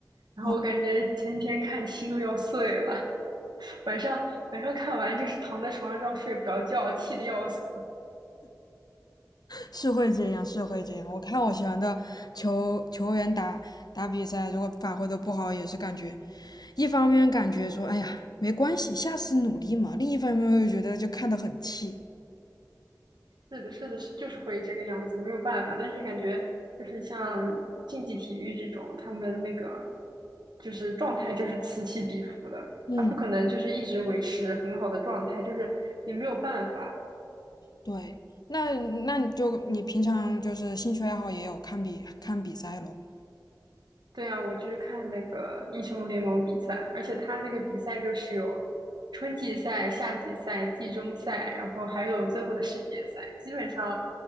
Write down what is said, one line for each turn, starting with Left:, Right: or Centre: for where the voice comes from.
Right: 然后我感觉前几天看心都要碎了，
Left: 哦，
Right: <laughs> 晚上晚上看完就是躺在床上睡不着觉，气得要死。
Left: 是会这样，是会这样。我看我喜欢的球球员打打比赛，如果发挥的不好，也是感觉一方面感觉说，哎呀，没关系，下次努力嘛；另一方面又觉得就看得很气。
Right: 是的，是的，是就是会这个样子，没有办法。但是感觉就是像竞技体育这种，他们那个就是状态就是此起彼伏的，
Left: 嗯，
Right: 他不可能就是一直维持很好的状态，就是也没有办法。
Left: 对。那那你就你平常就是兴趣爱好也有看比看比赛喽？
Right: 对啊，我就是看那个英雄联盟比赛，而且他那个比赛就是有春季赛、夏季赛、季中赛，然后还有最后的世界赛，基本上